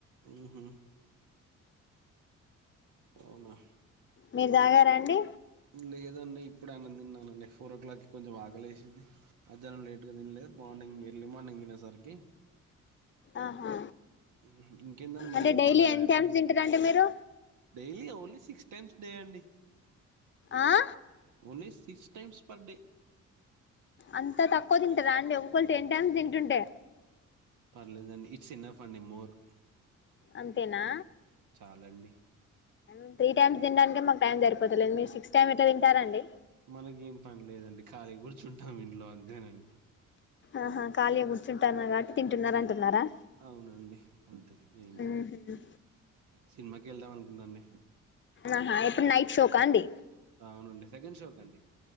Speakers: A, on the right; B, on the left.
A: ఉహూ అవునా
B: మీరు తాగారా అండి
A: లేదండి ఇప్పుడు ఆయన తిన్నానండి ఫోర్ ఓ క్లాక్కిి కొంచెం ఆకలేసింది అద్యనం లేట్ గా తినలేదు మార్నింగ్ ఎర్లీ మార్నింగ్ తినేసరికి
B: ఆహా
A: ఊహు, ఇంకేందండి మరి
B: అంటే
A: ఇవాళ
B: డైలీ
A: పండగ
B: ఎంత
A: అంటే
B: ట్యామ్స్ తింటారండి మీరు
A: daily only six times day అండి
B: ఆ
A: only six times per day
B: అంతా తక్కువ తింటారుా అండి ఒక్కరు టెన్ టైమ్స్ తింటుంటే
A: పర్లేదండి ఇట్స్ ఇన్నఫ్ అండి మోర్
B: అంతేనా
A: చాలండి
B: ంత టైమ్స్ తినడానికే మాకు టైం సరిపోతలేదు మీరు సిక్స్ టైమ్ ఎట్లా తింటారండి.
A: మనకి ఏం పని లేదండి ఖాళీ గుర్జ్ తింటాం ఇంట్లో అంతేనండ
B: ఆహా ఖాళీగా కూర్చుంటాన్న కాబట్టి తింటున్నారు
A: ఉ
B: అంటున్నారా
A: అవునండి అంతే ఏం
B: ఉహు
A: లేదు సినిమాక కెళ్దాం అనుకుంట అండి
B: ఆహా ఎప్పుడు నైట్ షోకా అండి
A: అవునండి సెకండ్ షోకి అండి